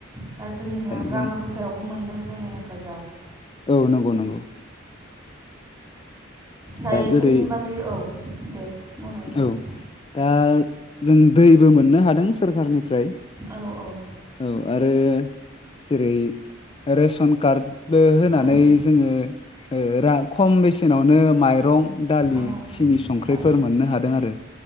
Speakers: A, on the right; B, on the left.
A: दा जोंनिया रां
B: जों
A: रुफायावबो मोनदों जोंङो हेफाजाब
B: औ नोंगौ नोंगौ
A: दा इफोरनि
B: जेरै
A: बागै औ दे बुंनाय नोंथां
B: औ दा जों दैबो मोननो हादों सोरखारनिफ्राय
A: औ औ
B: औ आरो जेरै रेसन कार्डबो होनानै
A: ओं
B: जोंङो ओ रा खम बेसेनावनो माइरं रं दालि,
A: औ
B: सिनि, संख्रिफोर
A: दा
B: मोननो हादों आरो